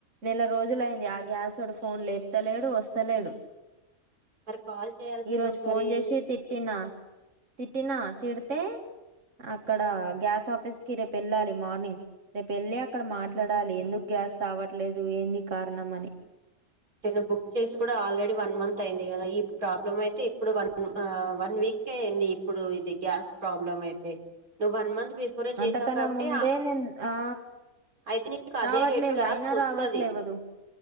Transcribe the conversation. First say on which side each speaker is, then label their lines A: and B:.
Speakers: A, on the right; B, on the right.
A: నెల రోజులయింది ఆ గ్యాస్లోడు ఫోన్లు ఎత్తలేడు వస్తలేడు
B: మరి కాల్ చేయాల్సింది
A: ఈరోజు
B: ఒకసారి
A: ఫోన్ చేసి తిట్టినా తిట్టినా తిడితే అక్కడ గ్యాస్ ఆఫీస్ కి రేపు వెళ్ళాలి మార్నింగ్ రేపు వెళ్ళి అక్కడ మాట్లాడాలి ఎందుకు గ్యాస్ రావట్లేదు ఏంది కారణంమని
B: నేను బుక్ చేసి కూడా ఆల్రెడీ వన్ మంత్ అయింది కదా ఈ ప్రాప్ అయితే ఇప్పుడు వన్ వీక్ ఇప్పుడు ఇది గ్యాస్ ప్రాబ్లెమ్ అయితే నువ్వు వన్ మంత్ బిఫోర్ చేసావు
A: అంతకన్నా
B: కాబట్టి
A: ముందే నేను ఆ
B: అయితే నీకు అదే
A: రావట్లేదు
B: రేట్ లో జ్యాస్
A: అయినా
B: వస్తుది
A: రావట్లేవదు